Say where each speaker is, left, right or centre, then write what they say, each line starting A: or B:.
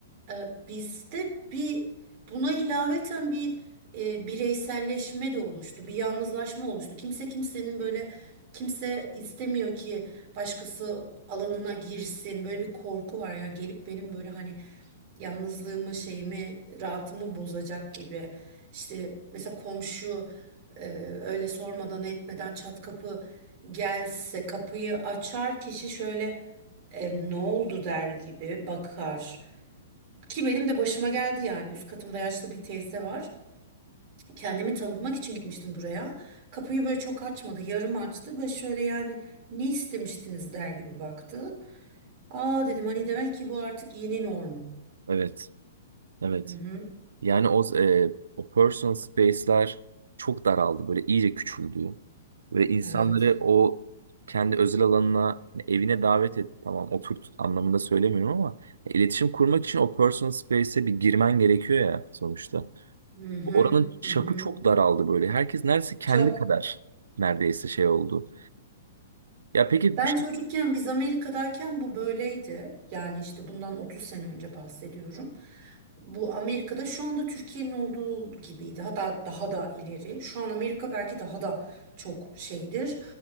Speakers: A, on the right; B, on the right.
A: Ee, bizde bir Buna ilaveten bir e, bireyselleşme de oluştu, bir yalnızlaşma oluştu. Kimse kimsenin böyle kimse istemiyor ki başkası alanına girsin. Böyle bir korku var ya gelip benim böyle hani yalnızlığımı, şeyimi, rahatımı bozacak gibi. İşte mesela komşu e, öyle sormadan etmeden çat kapı gelse kapıyı açar kişi şöyle e, ne oldu der gibi bakar. Ki benim de başıma geldi yani. Üst katımda yaşlı bir teyze var. Kendimi tanıtmak için gitmiştim buraya. Kapıyı böyle çok açmadı, yarım açtı ve şöyle yani ne istemiştiniz der gibi baktı. Aa dedim hani demek ki bu artık yeni norm.
B: Evet. Evet.
A: Hı hı,
B: Yani o, e, o personal space'ler çok daraldı. Böyle iyice küçüldü. Ve insanları
A: evet.
B: o kendi özel alanına, hani evine davet et. Tamam oturt anlamında söylemiyorum ama iletişim kurmak için o personal space'e bir girmen gerekiyor ya sonuçta.
A: Hı hı,
B: Oranın çapı
A: hı hı.
B: çok daraldı böyle. Herkes neredeyse kendi
A: Çok.
B: kadar neredeyse şey oldu. Ya peki
A: Ben
B: bir şey...
A: çocukken biz Amerika'dayken bu böyleydi. Yani işte bundan 30 sene önce bahsediyorum. Bu Amerika'da şu anda Türkiye'nin olduğu gibiydi. Hatta daha da ileri. Şu an Amerika belki daha da çok şeydir.